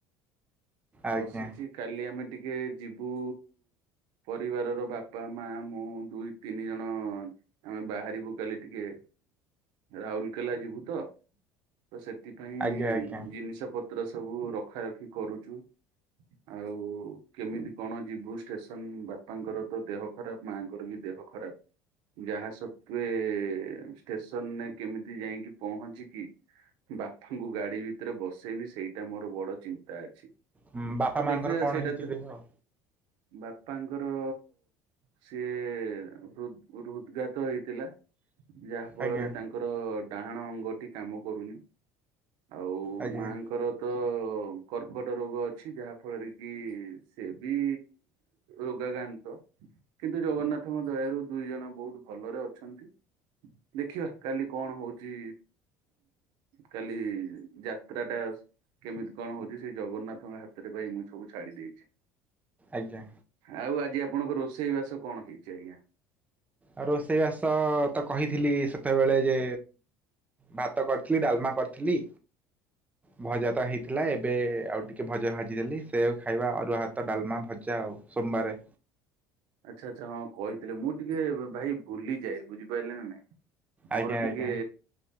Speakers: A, on the right; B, on the right.
A: ଆଜ୍ଞା
B: ବସିଛି କାଲି ଆମେ ଟିକେ ଯିବୁ ପରିବାରର ବାପା, ମା, ମୁଁ ଦୁଇ ତିନି ଜଣ ଆମେ ବାହାରିବୁ କାଲି ଟିକେ ରାଉରକେଲା ଯିବୁ ତ! ତ ସେଥିପାଇଁ
A: ଆଜ୍ଞା ଆଜ୍ଞା
B: ଜିନିଷ ପତ୍ର ସବୁ ରଖା ରଖି କରୁଛୁ ଆଉ କେମିତି କଣ ଯିବୁ ଷ୍ଟେସନ ବାପାଙ୍କର ତ ଦେହ ଖରାପ ମାଆଙ୍କର ବି ଦେହ ଖରାପ ଯାହା ସତ୍ତ୍ୱେ ଷ୍ଟେସନରେ କେମିତି ଯାଇଁକି ପହଞ୍ଚିକି ବାପାଙ୍କୁ ଗାଡି ଭିତରେ ବସେଇବି ସେଇଟା ମୋର ବଡ ଚିନ୍ତା ଅଛି।
A: ଉଁ ବାପା
B: ତ
A: ମାଆଙ୍କର
B: ଦେଖିବା
A: କଣ
B: ସେଇଟା
A: ହେଇଛି
B: ତ
A: ଦେହ?
B: ବାପାଙ୍କର ସିଏ ହୃଦ୍ ହୃଦଘାତ ହେଇଥିଲା। ଯାହା ଫଳରେ
A: ଆଜ୍ଞା
B: ତାଙ୍କର ଡାହାଣ ଅଙ୍ଗଟି କାମ କରୁନି। ଆଉ
A: ଆଜ୍ଞା
B: ମାଆଙ୍କର ତ କର୍କଟ ରୋଗ ଅଛି। ଅଛି ଯାହା ଫଳରେ କି ସେ ବି ରୋଗକାନ୍ତ। କିନ୍ତୁ ଜଗନ୍ନାଥଙ୍କ ଦୟାରୁ ଦୁଇ ଜଣ ବହୁତ ଭଲରେ ଅଛନ୍ତି। ଦେଖିବା କାଲି କଣ ହଉଚି। କାଲି ଯାତ୍ରା ଟା କେମିତି କଣ ହଉଛି ସେ ଜଗନ୍ନାଥଙ୍କ ହାତ ଆରେ ଭାଇ ମୁଁ ସବୁ ଛାଡି ଦେଇେଛି।
A: ଆଜ୍ଞା।
B: ଆଉ ଆଜି ଆପଣଙ୍କ ରୋଷେଇ ବାସ କଣ ହେଇଛି ଆଜ୍ଞା?
A: ଆଉ ରୋଷେଇବାସ ତ କହିଥିଲି ସେତେବେଳେ ଯେ ଭାତ କରିଥିଲି ଡାଲମା କରିଥିଲି। ଭଜା ତ ହେଇଥିଲା ଏବେ ଆଉ ଟିକେ ଭଜା ଭାଜିଦେଲି ସେୟା କୁ ଖାଇବା ଅରୁଆ ଭାତ ଡାଲମା ଭଜା ଆଉ। ସୋମବାର।
B: ଆଚ୍ଛା ଆଚ୍ଛା ହଁ କହିଥିଲେ ମୁଁ ଟିକେ ଭାଇ ଭୁଲିଯାଏ ବୁଝିପାଇଲେ ନା ନାଇଁ।
A: ଆଜ୍ଞା
B: ମୋର
A: ଆଜ୍ଞା
B: ଟିକେ